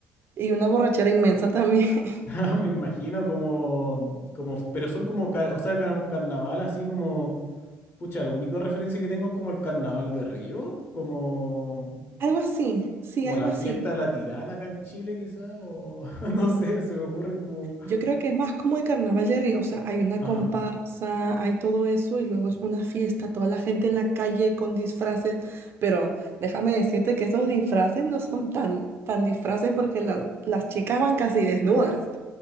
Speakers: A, on the right; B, on the left.
A: y una borrachera inmensa también. <laughs>
B: <laughs> me imagino como, como, pero son como, car- o sea, como carnaval así como, pucha, la única referencia que tengo es como el carnaval de Río, como,
A: Algo así, sí,
B: como
A: algo
B: la
A: así.
B: fiesta de la Tirana acá en Chile quizá, o <laughs> no sé, se me ocurren como...
A: Yo creo que es más como el Carnaval de Río, o sea, hay una
B: Ajá.
A: comparsa, hay todo eso y luego es una fiesta, toda la gente en la calle con disfraces, pero déjame decirte que esos disfraces no son tan, tan disfraces porque la- las chicas van casi desnudas.